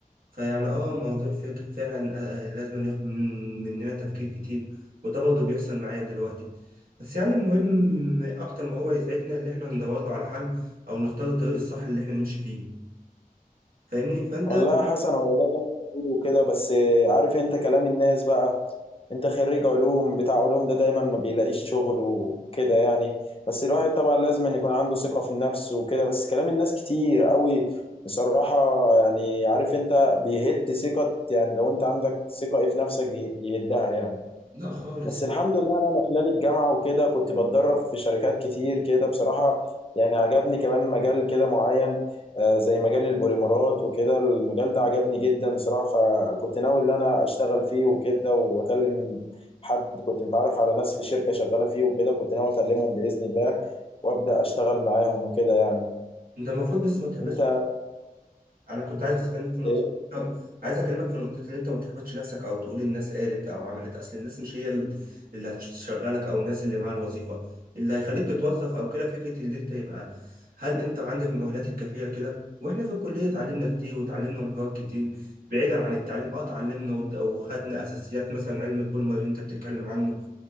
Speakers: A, on the right; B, on the left.
A: فيعني اه الموضوع فك- فعلا آه، آه، لازم ياخد من- مننا تفكير كتير وده برضه بيحصل معايا دلوقتي بس يعني المهم اكتر ما هو يسعدنا اللي احنا ندور له على حل او نختار الطريق الصح اللي احنا نمشي فيه فاهمني فانت
B: والله يا حسن هو ده اللي انا بقوله كده بس آه، عارف انت كلام الناس بقى انت خريج علوم بتاع علوم ده دايما ما بيلاقيش شغل وكده يعني بس الواحد طبعا لازم ان يكون عنده ثقة في النفس وكده بس كلام الناس كتير قوي بصراحة يعني عارف انت بيهد ثقة يعني لو انت عندك ثقة ايه في نفسك يه- يهدها يعني
A: لا خالص
B: بس الحمد لله انا أنا خلال الجامعه وكده كنت بتدرب في شركات كتير كده بصراحه يعني عجبني كمان مجال كده معين آه، زي مجال البوليمرات وكده المجال ده عجبني جدا بصراحه فكنت ناوي ان انا اشتغل فيه وكده واكلم حد كنت متعرف على ناس في شركه شغاله فيه وكده كنت ناوي اكلمهم باذن الله وابدا اشتغل معاهم وكده يعني
A: انت المفروض بس ما تحبطش
B: انت
A: انا كنت عايز بس اكلمك في نقطه
B: إيه
A: عايز اكلمك في نقطه اللي انت ما تحبطش نفسك او تقول الناس قالت او عملت اصل الناس مش هي ال- اللي هتشغلك او الناس اللي معاها الوظيفه اللي هيخليك تتوظف او كده فكره اللي انت يبقى هل انت عندك المؤهلات الكافيه كده واحنا في الكليه اتعلمنا كتير وتعلمنا مهارات كتير بعيدا عن التعليم اه اتعلمنا وت- وخدنا اساسيات مثلا علم البولمر اللي انت بتتكلم عنه